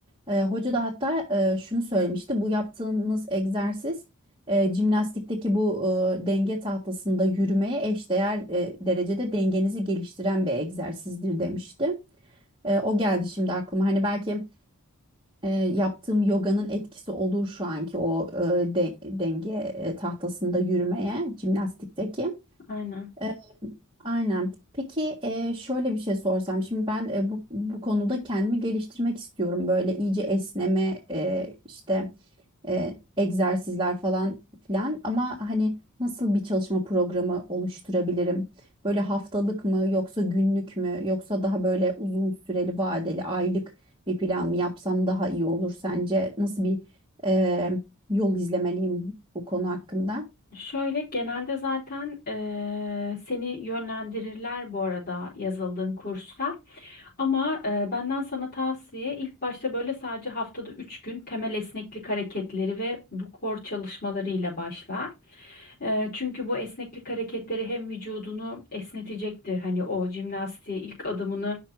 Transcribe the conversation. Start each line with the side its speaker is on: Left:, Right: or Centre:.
Right: E, hoca da hatta e, şunu söylemişti. Bu yaptığınız egzersiz e, jimnastikteki bu e, denge tahtasında yürümeye eşdeğer e, derecede dengenizi geliştiren bir egzersizdir demişti. E, o geldi şimdi aklıma. Hani belki e, yaptığım yoganın etkisi olur şu anki o e, de- denge e, tahtasında yürümeye, jimnastikteki.
Left: Aynen.
Right: E, aynen. Peki e, şöyle bir şey sorsam. Şimdi ben e, bu, bu konuda kendimi geliştirmek istiyorum. Böyle iyice esneme e, işte e, egzersizler falan filan ama hani nasıl bir çalışma programı oluşturabilirim? Böyle haftalık mı yoksa günlük mü yoksa daha böyle uzun süreli vadeli aylık bir plan mı yapsam daha iyi olur sence? Nasıl bir e, yol izlemeliyim bu konu hakkında?
Left: Şöyle genelde zaten eee, seni yönlendirirler bu arada yazıldığın kursa. Ama e, benden sana tavsiye ilk başta böyle sadece haftada 3 gün temel esneklik hareketleri ve bu core çalışmalarıyla başla. Eee, çünkü bu esneklik hareketleri hem vücudunu esnetecektir. Hani o jimnastiğe ilk adımını